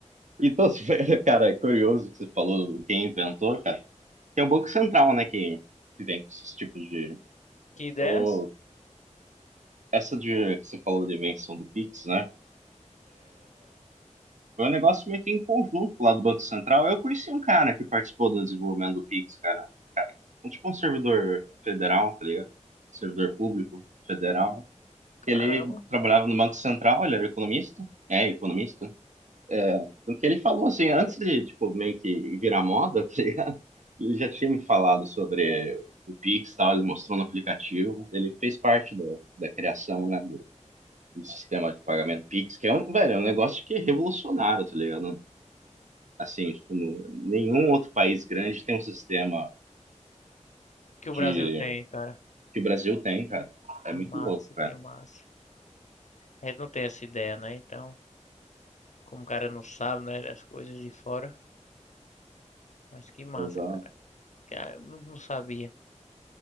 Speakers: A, on the right (about 70°); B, on the left (about 70°).
A: Então, se foi- <laughs> cara, é curioso que você falou do quem inventou, cara. Que é o Banco Central, né, que, que vem com esses tipos de...
B: Que ideias?
A: o- essa de, que você falou de invenção do Pix, né? Foi um negócio meio que em conjunto lá do Banco Central. Eu conheci um cara que participou do desenvolvimento do Pix, cara. Um, tipo um servidor federal, tá ligado? Servidor público federal.
B: Caramba,
A: Ele trabalhava no Banco Central, ele era economista. É, economista. É, do que ele falou, assim, antes de, tipo, meio que virar moda, <laughs> tá ligado? Ele já tinha me falado sobre o Pix, e tal, ele mostrou no aplicativo, ele fez parte do, da criação, né, do, do sistema de pagamento Pix, que é um, velho, é um negócio que é revolucionário, tá ligado? Assim, tipo, no- nenhum outro país grande tem um sistema
B: que o Brasil
A: de,
B: tem, cara.
A: que o Brasil tem, cara.
B: Que
A: É muito
B: massa,
A: louco, cara.
B: que massa. A gente não tem essa ideia, né? Então, como o cara não sabe, né, das coisas de fora, mas que massa,
A: Exato.
B: cara. Cara, eu não, não sabia